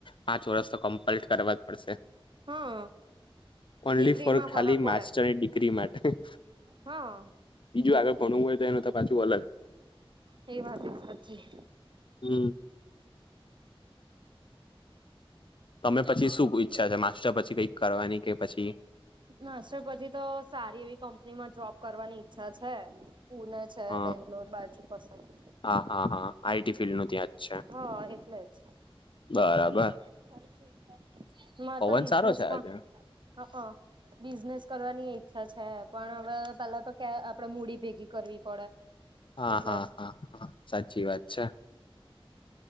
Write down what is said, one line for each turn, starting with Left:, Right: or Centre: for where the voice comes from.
Left: પાંચ વર્ષ તો કમ્પલટ કરવા જ પડશે.
Right: હા.
Left: ઓનલી
Right: ડિગ્રીમાં
Left: ફોર ખાલી
Right: ફરક પડે
Left: માસ્ટર ડિગ્રી માટે.
Right: હા
Left: બીજું આગળ ભણવું હોય તો એનું તો પાછું અલગ.
Right: એ વાતે સાચી.
Left: હમ. તમને પછી શું ઈચ્છા છે? માસ્ટર પછી કંઈક કરવાની કે પછી?
Right: માસ્ટર પછી તો સારી એવી કંપનીમાં જોબ કરવાની ઈચ્છા છે. પૂના જ કે
Left: હ
Right: બેંગલોર બાજુ કસે-
Left: હા હા હા આઈટી ફિલ્ડનું ત્યાં જ છે
Right: હ એટલે જ.
Left: બરાબર
Right: <inaudible> માર
Left: પવન
Right: તો બિઝનેસ
Left: સારો
Right: પણ
Left: છે
Right: <inaudible> થાય
Left: આજે
Right: ક <inaudible> બિઝનેસ કરવાની ઈચ્છા છે. પણ હવે પેલા તો કે આપડે મૂડી ભેગી કરવી પડે.
Left: હા
Right: એટલે
Left: હા હા હા સાચી વાત છે.